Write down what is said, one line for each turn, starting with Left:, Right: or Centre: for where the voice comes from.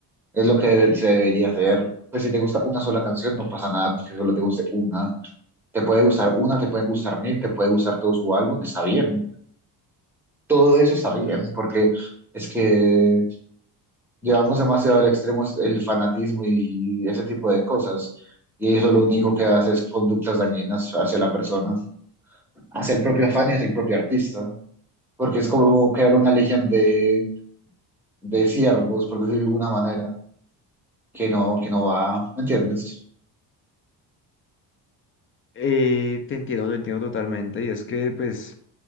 Centre: Es lo que se debería hacer. Pues si te gusta una sola canción, no pasa nada con que solo te guste una. Te puede gustar una, te pueden gustar mil, te puede gustar todo su álbum, está bien. Todo eso está bien, porque es que llevamos demasiado al extremo el fanatismo y ese tipo de cosas. Y eso lo único que hace es conductas dañinas hacia la persona, hacia el propio afán y hacia el propio artista. Porque es como crear una legión de, de siervos, por decirlo de alguna manera, que no, que no va, ¿me entiendes?
Left: Eh, te entiendo, te entiendo totalmente. Y es que, pues,